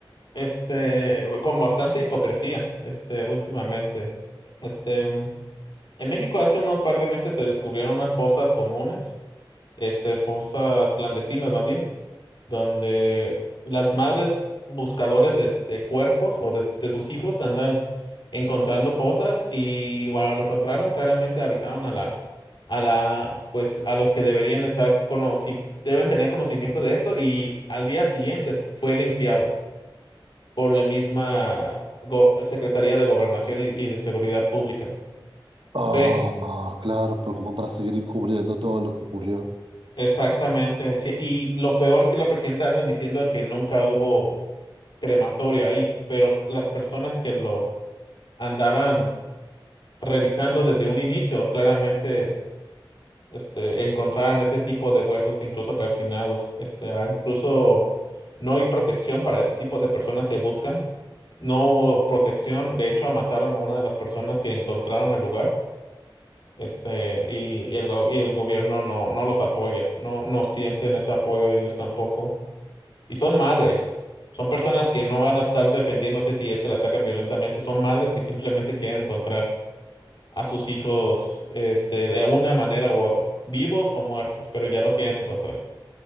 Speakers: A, on the left (about 60°); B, on the right (about 70°).
A: Este, con bastante hipocresía, este, últimamente. Este, en México hace unos par de meses se descubrieron unas fosas comunes, este, fosas clandestinas más bien, donde las madres buscadoras de, de cuerpos o de, s- de sus hijos andan encontrando fosas y cuando lo encontraron, claramente avisaron a la, a la, pues a los que deberían estar conoci- deben tener conocimiento de esto y al día siguiente s- fue limpiado por la misma go- Secretaría de Gobernación y, y de Seguridad Pública.
B: Oh,
A: Fue
B: no, claro, pero como para seguir encubriendo todo lo que ocurrió.
A: exactamente, sí, y lo peor es que la presidenta anda diciendo que nunca hubo crematorio ahí, pero las personas que lo andaban revisando desde un inicio, claramente este, encontraron ese tipo de huesos incluso calcinados. Este, ah, incluso no hay protección para ese tipo de personas que buscan. No hubo protección, de hecho mataron a una de las personas que encontraron el lugar. Este, y el, go- y el gobierno no, no los apoya, no, no sienten ese apoyo ellos tampoco. Y son madres. Son personas que no van a estar defendiéndose si es que la atacan violentamente. Son madres que simplemente quieren encontrar a sus hijos, este, de una manera u otra, vivos o muertos, pero ya lo quieren encontrar.